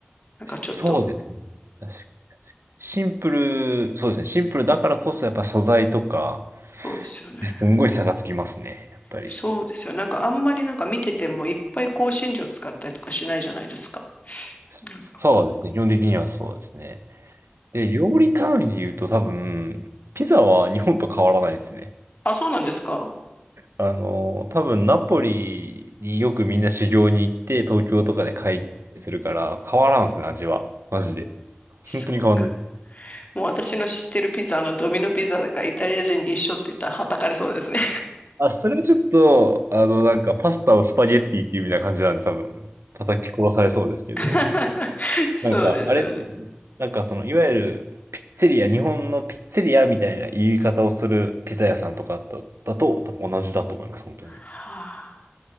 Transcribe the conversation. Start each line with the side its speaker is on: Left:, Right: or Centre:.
Left: なんかちょっと、
Right: そうですね。確かに。シンプル、そうですね。シンプルだからこそ、やっぱ素材とか、
Left: そうですよね。
Right: ねすんごい差がつきますね。やっぱり。
Left: そうですよ。なんかあんまりなんか見ててもいっぱい香辛料使ったりとかしないじゃないですか。なんか
Right: そうですね。基本的にはそうですね。で、料理単位で言うと多分、ピザは日本と変わらないですね。
Left: あ、そうなんですか
Right: あの、多分ナポリによくみんな修行に行って、東京とかで会議するから、変わらんすね、味は。マジで。
Left: <laughs> そうか。
Right: 本当に変わんない。
Left: もう私の知ってるピザ、あのドミノピザだからイタリア人に一緒って言ったらはたかれそうですね。
Right: あ、それはちょっと、あの、なんか、パスタをスパゲッティっていうみたいな感じなんで、多分、叩き殺されそうですけど、
Left: <laughs> そうですよね。
Right: なんか、あれですね。なんか、その、いわゆる、ピッツェリア、日本のピッツェリアみたいな言い方をするピザ屋さんとかだ、だと、多分同じだと思います、本当に。
Left: はあ